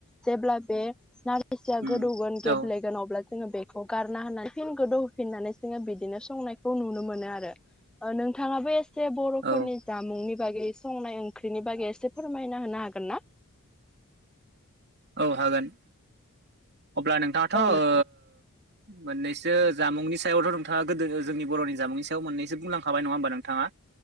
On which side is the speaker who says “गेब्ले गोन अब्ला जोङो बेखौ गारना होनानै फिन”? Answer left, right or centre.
Centre